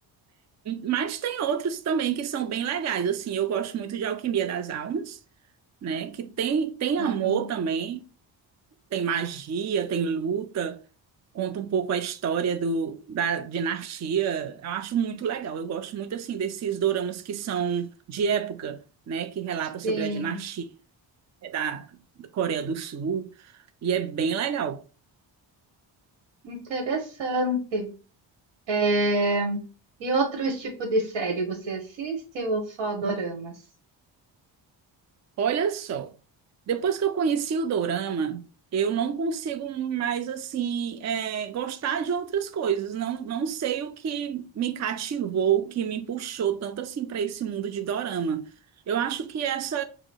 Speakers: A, on the right; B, on the right.
A: Mas tem outros também que são bem legais. Assim, eu gosto muito de Alquimia das Almas, né? Que tem, tem
B: aham,
A: amor também. Tem magia, tem luta, conta um pouco a história do, da dinastia. Eu acho muito legal. Eu gosto muito assim desses doramas que são de época, né, que relata sobre
B: sim,
A: a dinastia da Coreia do Sul e é bem legal.
B: interessante. É, E outros tipos de série você assiste ou só doramas?
A: Olha só, depois que eu conheci o dorama, eu não consigo mais assim é, gostar de outras coisas. Não, não sei o que me cativou, o que me puxou tanto assim para esse mundo de dorama. Eu acho que essa